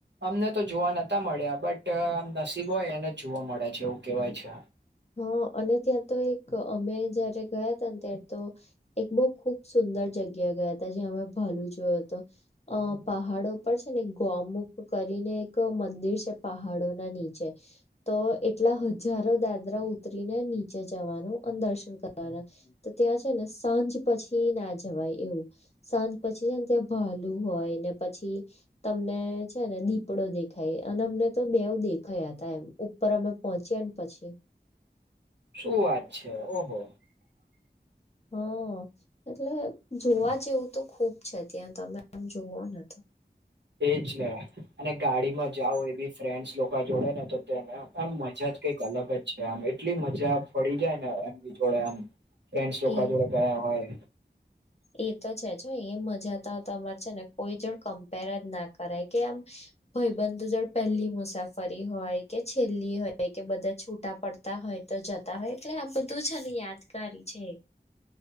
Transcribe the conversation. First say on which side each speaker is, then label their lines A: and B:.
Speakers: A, on the right (about 80°); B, on the left (about 35°).
A: અમને તો જોવા નથી. તા મળ્યા બટ આમ નસીબો હોય એને જ જોવા મળે છે એવું કેવાય છે.
B: હા અને ત્યાં તો એક અમે જયારે ગયા ત ને ત્યારે તો એક બહ ખુબ સુંદર જગ્યા ગયા હતા જ્યાં અમે ભલ જોયો તો, અ પહાડો પણ છે ને એક ગોમુખ કરીને એક મંદિર છે પહાડો ના નીચે તો એટલા હજ હજારો દાદરા ઉતરીને નીચે જવાનું અને દર્શન કરવાના. તો ત્યાં છે ને સાંજ પછી ના જવાય એવું સાંજ પછી છેને ત્યાં ભાલુ હોય ને પછી તમને છે ને દીપડો દેખાય અને અમને તો બેવ દેખાયા હતા એમ ઉપર અમે પહોંચ્યા ને પછી.
A: શું વાત છે ઓહો.
B: હ એટલે જોવા જેવું તો ખુબ છે ત્યાં તમે આમ જોવો ને.
A: એ જ ને અને ગાડી માં જાઓ એ બી ફ્રેન્ડસ લોકો લોકા જોડે ને તોને આમ મજા જ કઈક અલગ જ છે. આમ એટલી મજા પડી જાય એમ ભી જોડે એમ ફ્રેંસ લોકા
B: એ
A: જોડે ગયા હોય.
B: એ તો છે જો એ મજા તો તો તમારે છે ને કોઈ જોડ કમ્પેરજ ના કરાય કે આમ ભઈબંધ જોડે પહેલી મુસાફરી હોય કે છેલ્લી હોય કે બધા છૂટા પડતા હોય તો જતા હોય એટલે આ બધું છે ને યાદગારી છે.